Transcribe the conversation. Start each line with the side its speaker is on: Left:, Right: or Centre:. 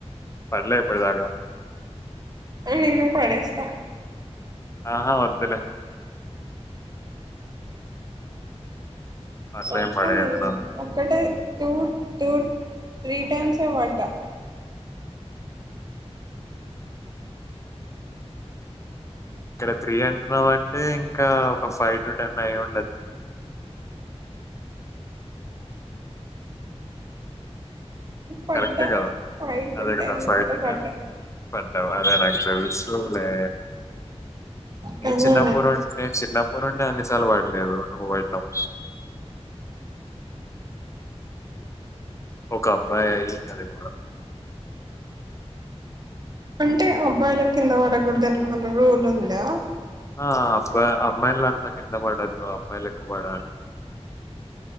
Left: పడ్లే ఇప్పడిదాకా.
Right: నిన్ను పడేస్తా.
Left: ఆహా వద్దులే. అట్లా
Right: కొత్తవి
Left: ఏం పడేయకు
Right: నిన్ను
Left: నన్ను
Right: ఒక్కటే. టూ టూ త్రీ టైమ్స్ ఏ పడ్డా.
Left: ఇక్కడ త్రీ అంటున్నావంటే ఇంకా ఒక ఫైవ్ టు టెన్ అయి ఉంటది.
Right: పడ్డా
Left: కరెక్టే గదా.
Right: ఫైవ్ టు
Left: అదే
Right: టెన్
Left: గదా ఫైవ్
Right: అంటే
Left: టూ
Right: పడ్డా
Left: టైమ్స్ పడవ్ అదే నాకు తెలుసులే. నేను
Right: కానీ
Left: చిన్నప్పుడు నుం నేను చిన్నప్పటి నుండి అన్నిసార్లు పడలేదు నువ్వు వాడినవ్. ఒక అబ్బాయి అది కూడా.
Right: అంటే అబ్బాయిలకు కింద పడకూడదని ఏమైనా రూల్ ఉందా.
Left: ఆహ్ అబ్బాయి అమ్మాయిల అంతా కింద పడొద్దు అబ్బాయిలు ఎక్కువ పడాలి.